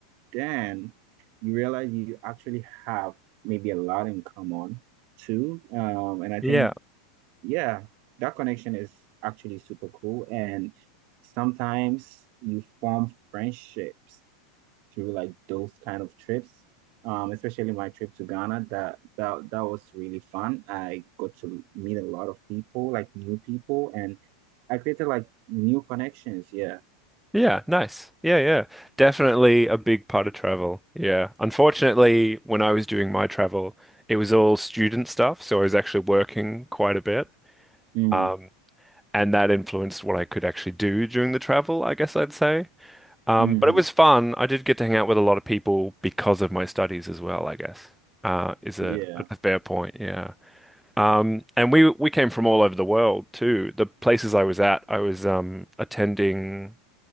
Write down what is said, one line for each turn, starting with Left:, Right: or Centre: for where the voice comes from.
Right: then you realize you actually have maybe a lot in common too. Um, and I
Centre: Yeah.
Right: think, yeah, that connection is actually super cool. And sometimes you form friendships through like those kind of trips. Um, especially my trip to Ghana, that that that was really fun. I got to meet a lot of people, like new people, and I created like new connections. Yeah.
Centre: Yeah, nice. Yeah, yeah. Definitely a big part of travel. Yeah. Unfortunately, when I was doing my travel, it was all student stuff, so I was actually working quite a bit.
Right: Mm-hmm.
Centre: Um, and that influenced what I could actually do during the travel, I guess I'd say. Um,
Right: Mm-hmm.
Centre: but it was fun. I did get to hang out with a lot of people because of my studies as well, I guess. Uh, is
Right: Yeah.
Centre: a that's a fair point, yeah. Um, and we we came from all over the world too. The places I was at, I was um attending